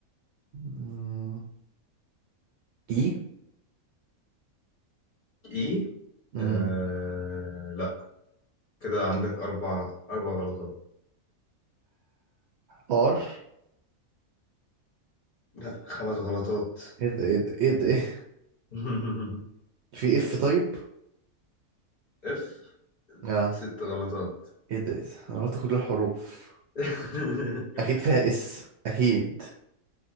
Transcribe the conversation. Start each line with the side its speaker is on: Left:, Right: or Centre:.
Right: مم. اي
Left: اي
Right: مم.
Left: آه لا كده عندك أربع أربع غلطات
Right: ار
Left: لا خمس غلطات
Right: ايه ده ايه ده ايه ده ايه
Left: <laughs>
Right: في اف طيب
Left: اف
Right: اه
Left: ست غلطات
Right: ايه ده ايه ده انا قلت كل الحروف
Left: <laughs>
Right: اكيد فيها اس اكيد